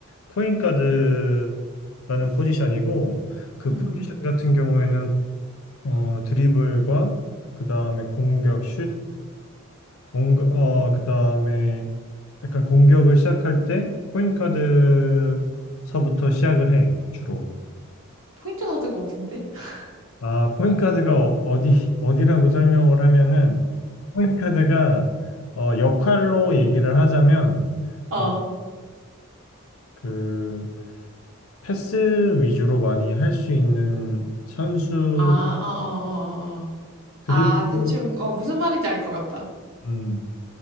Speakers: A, on the left; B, on the right.
A: 포인 가드라는 포지션이고 그
B: 응,
A: 포지션
B: 응.
A: 같은 경우에는 어, 드리블과 그다음에 공격, 슛, 뭔가 어, 그다음에 약간 공격을 시작할 때 포인 가드서부터 시작을 해, 주로.
B: 포인트 카드가 어딘데? <laughs>
A: 아, 포인카드가 어- 어디, 어디라고 설명을 하면은, 포인카드가, 어, 역할로 얘기를 하자면,
B: 어.
A: 어, 그, 패스 위주로 많이 할 수 있는 선수,
B: 아, 어, 어, 어, 어. 어.
A: 드리블,
B: 아, 대충, 어, 무슨 말인지 알 것 같다.
A: 음,